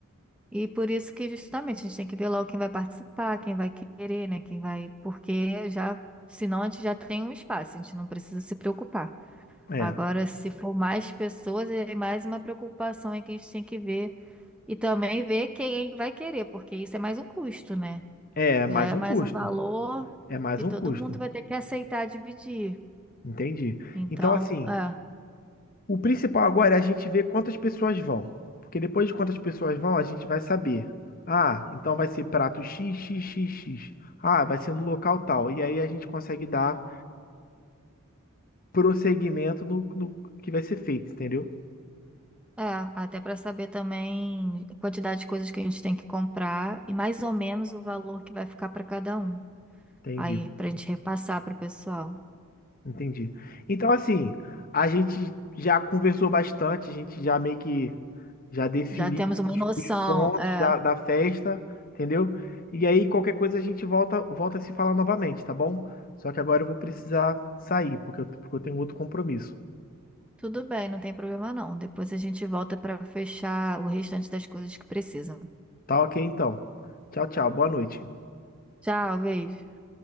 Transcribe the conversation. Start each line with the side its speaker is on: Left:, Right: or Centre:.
Centre: E por isso que justamente a gente tem que ver logo quem vai participar, quem vai querer, né? Quem vai. Porque já, senão a gente já tem um espaço, a gente não precisa se preocupar.
Left: É,
Centre: Agora, se for mais pessoas, é mais uma preocupação aí que a gente tem que ver. E também ver quem vai querer, porque isso é mais um custo, né?
Left: é é mais
Centre: Já é
Left: um
Centre: mais
Left: custo.
Centre: um valor
Left: É mais
Centre: que
Left: um
Centre: todo
Left: custo.
Centre: mundo vai ter que aceitar dividir.
Left: Entendi.
Centre: Então,
Left: Então, assim,
Centre: é,
Left: O principal agora é a gente ver quantas pessoas vão. Porque depois de quantas pessoas vão, a gente vai saber. Ah, então vai ser prato X, X, X, X. Ah, vai ser no local tal. E aí a gente consegue dar prosseguimento no, no que vai ser feito, entendeu?
Centre: é, até para saber também a quantidade de coisas que a gente tem que comprar e mais ou menos o valor que vai ficar para cada um.
Left: Entendi.
Centre: Aí, para a gente repassar para o pessoal.
Left: Entendi. Então, assim, a gente já conversou bastante, a gente já meio que já definiu
Centre: Já temos
Left: os,
Centre: uma noção,
Left: os pontos
Centre: é.
Left: da, da festa, entendeu? E aí, qualquer coisa, a gente volta, volta a se falar novamente, tá bom? Só que agora eu vou precisar sair, porque eu, porque eu tenho outro compromisso.
Centre: Tudo bem, não tem problema não. Depois a gente volta para fechar o restante das coisas que precisam.
Left: Tá ok, então. Tchau, tchau. Boa noite.
Centre: Tchau, beijo.